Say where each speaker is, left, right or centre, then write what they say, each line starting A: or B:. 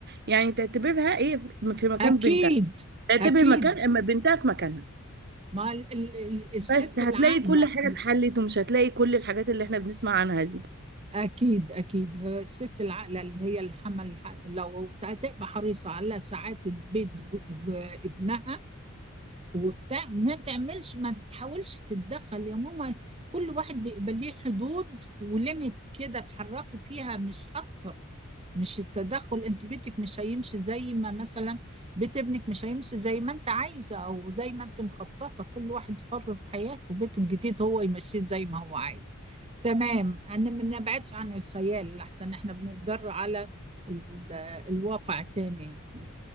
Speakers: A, on the right; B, on the right.
A: يعني تعتبرها ايه في مكان
B: اكيد
A: بنتها تعتبر
B: اكيد
A: مكان اما بنتها في مكانها
B: ما ال- ال- ال- الست
A: بس هتلاقي
B: العاقله
A: كل حاجة
B: الح-
A: اتحلت ومش هتلاقي كل الحاجات اللي احنا بنسمع عنها دي
B: اكيد اكيد هي الست العاقله اللي هي الحمل الح- لو هتبقى حريصه على سعاده بيت جو- جو- ابنها وبتاع ما تعملش ما تحاولش تتدخل يا ماما كل واحد بيبقى ليه حدود وليميت كده اتحركي فيها مش اكتر مش التدخل انت بيتك مش هيمشي زي ما مثلا بيت ابنك مش هيمشي زي ما انت عايزه او زي ما انت مخططه كل واحد حر في حياته بيته الجديد هو يمشيه زي ما هو عايز تمام انا ما نبعدش عن الخيال لحسن احنا بنتجرأ على ال- الواقع التاني